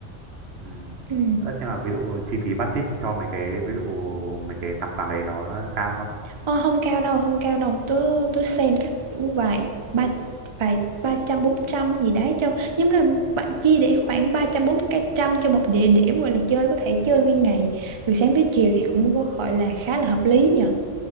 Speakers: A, on the right (about 60°); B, on the right (about 40°).
A: Ừ.
B: ừ.
A: Ờ, thế mà ví dụ chi phí budget cho mấy cái ví dụ mấy cái tầm khoản đấy nó cao không?
B: Ờ, không cao đâu không cao đâu tôi tôi xem chắc cũng vài ba vài ba trăm bốn trăm gì đấy cho nhưng là bạn chia để khoảng ba trăm bốn trăm cho một địa điểm gọi là chơi có thể chơi nguyên ngày từ sáng tới chiều thì cũng có gọi là khá là hợp lý nhỉ